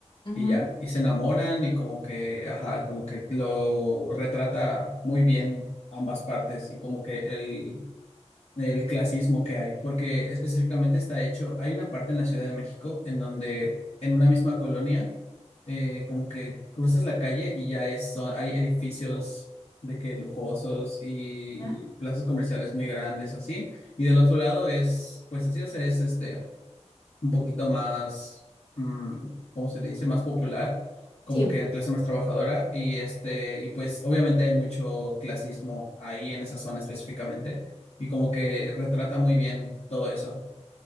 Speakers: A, on the left; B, on the left.
A: Ujú.
B: y ya, y se enamoran y como que, ajá, como que lo retrata muy bien ambas partes y como que el, el clasismo que hay, porque específicamente está hecho, hay una parte en la Ciudad de México en donde en una misma colonia, eh, como que cruzas la calle y ya es, son- hay edificios de que lujosos y
A: Ujú.
B: plazas comerciales muy grandes así, y del otro lado es, pues así, o sea, es este un poquito más, mm, ¿cómo se le dice? Más popular, como
A: Sí.
B: que clase más trabajadora. Y este, y pues obviamente hay mucho clasismo ahí en esa zona específicamente. Y como que retrata muy bien todo eso,